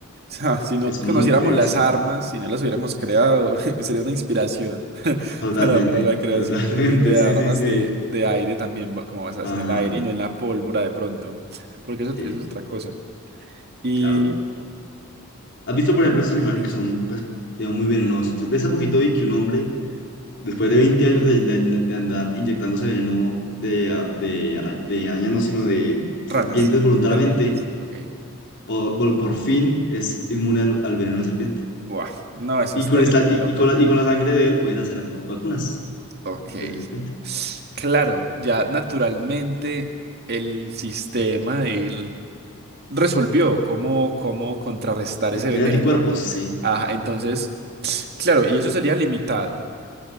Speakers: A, on the right; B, on the left.
A: O sea, si no
B: es
A: conociéramos
B: muy peligrosa.
A: las armas, si no las hubiéramos creado, <laughs> sería una inspiración <laughs>
B: Totalmente,
A: para, para la creación
B: totalmente,
A: de, de
B: <laughs> sí,
A: armas
B: sí, sí.
A: de, de aire también, ba- como basadas
B: Ajá,
A: en el aire y no en la pólvora de pronto, porque
B: sí,
A: eso, eso es otra cosa. Y
B: claro. ¿Has visto, por ejemplo, estos animales
A: ¿Qué,
B: que
A: qué?
B: son, pues, digamos, muy venenosos? De hace poquito vi que un hombre, después de 20 años de, de- de andar inyectándose veneno de, a- de, ara- de araña, no, sino de serpientes
A: ranas,
B: voluntariamente,
A: serpientes, ok.
B: po- por, por fin es inmune al, al veneno de serpiente.
A: Buah, no, eso
B: Y
A: está
B: con, esta,
A: es muy
B: y,
A: loco.
B: y con la, y con la sangre de él pueden hacer ant- vacunas
A: Ok.
B: de serpiente.
A: Claro, ya naturalmente el sistema de él resolvió cómo, cómo contrarrestar
B: Y
A: ese
B: Tiene
A: veneno.
B: anticuerpos, sí.
A: Ajá, entonces, claro, y eso sería limitado.